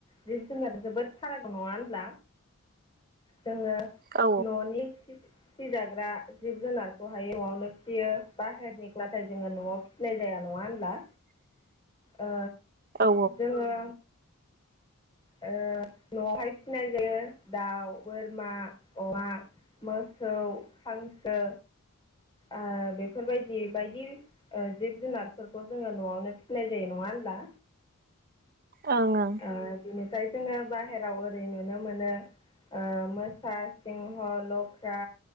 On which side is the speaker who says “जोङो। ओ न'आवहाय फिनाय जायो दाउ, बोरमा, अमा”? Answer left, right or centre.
Left